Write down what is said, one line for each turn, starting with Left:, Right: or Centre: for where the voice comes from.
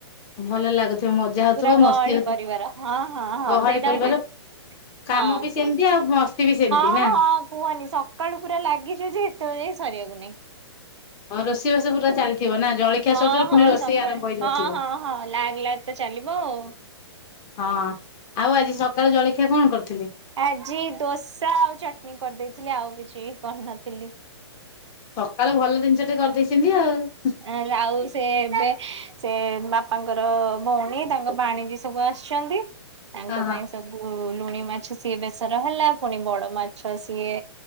Left: ଭଲ ଲାଗୁଥିବ ମଜା ହଉଥିବ
Right: ପୁରା ଗହଳି
Left: ମସ୍ତି ହଉଥିବ
Right: ପରିବାର ହଁ ହଁ ହଁ
Left: ଗହଳି
Right: ସେଇଟା
Left: ପରିବାର
Right: ହୁଏ
Left: କାମ
Right: ହଁ
Left: ବି ସେମିତି ଆଉ ମସ୍ତି ବି ସେମିତି
Right: ହଁ
Left: ନା
Right: ହଁ କୁହନି ସକ୍ କାଳୁ ପୁରା ଲାଗିଛୁ ଯେ ଏତବେଳ ଯାଏଁ ସରିବାକୁ ନାହିଁ
Left: ହଉ ରୋଷେଇବାସ ପୁରା ଚାଲି ଥିବ ନା ଜଳଖିଆ
Right: ହଁ
Left: ସରୁ ସରୁ
Right: ହଁ
Left: ପୁଣି ରୋଷେଇ
Right: ସକାଳୁ
Left: ଆରମ୍ଭ ହେଇଯାଉଥିବ।
Right: ହଁ ହଁ ହଁ ଲାଗ ଲାଗ ତ ଚାଲିବ ଆଉ।
Left: ହଁ ଆଉ ଆଜି ସକାଳ ଜଳଖିଆ କଣ କରିଥିଲେ?
Right: ଆଜି ଦୋସା ଆଉ ଚଟଣୀ କରିଦେଇଥିଲି। ଆଉ କିଛି କରିନଥିଲି।
Left: ସକାଳୁ ଭଲ ଜିନିଷଟେ କରିଦେଇଚନ୍ତି ଆଉ।
Right: ଆଁ ଆଉ ସେ ଏବେ ସେ ବାପାଙ୍କର ଭଉଣୀ ତାଙ୍କ ବାଣିଜି ସବୁ ଆସିଚନ୍ତି ତାଙ୍କ
Left: ହଁ ହଁ
Right: ପାଇଁ ସବୁ ଲୁଣି ମାଛ ସିଏ ବେସର ହେଲା। ପୁଣି ବଡ଼ ମାଛ ସିଏ